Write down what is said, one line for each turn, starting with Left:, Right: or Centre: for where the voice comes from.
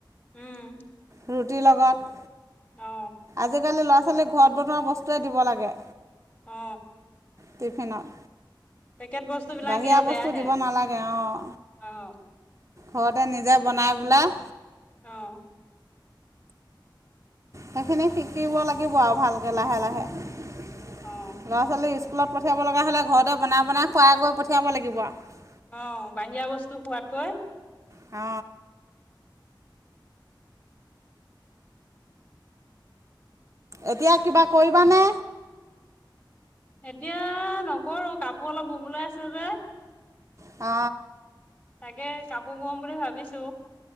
Left: উম
Right: ৰুটিৰ লগত
Left: অ
Right: আজিকালি ল'ৰা আচলতে ঘৰত বনোৱা বস্তুৱয়ে দিব লাগে
Left: অ
Right: টিফিনত
Left: পেকেট বস্তুবিলাক
Right: বাহিৰা
Left: দিয়া বেয়াহে
Right: বস্তু দিব নালাগে অঁ
Left: অঁ
Right: ঘৰতে নিজে বনাই পেলাই
Left: অ
Right: সেইখিনি শিকিব লাগিব আৰু ভালকে লাহে লাহে ল'ৰা
Left: অ
Right: ছোৱালী স্কুলত পঠিয়াব লগা হ'লে ঘৰতে বনাই বনাই খোৱাই কৰি পঠিয়াব লাগিব আৰু
Left: অ বাহিয়া বস্তু খোৱাতকৈ
Right: অ এতিয়া কিবা কৰিবানে
Left: এতিয়া নকৰো কাপোৰ অলপ ধুবলৈ আছে যে
Right: অ
Left: তাকে কাপোৰ বোৱাাম বুলি ভাবিছো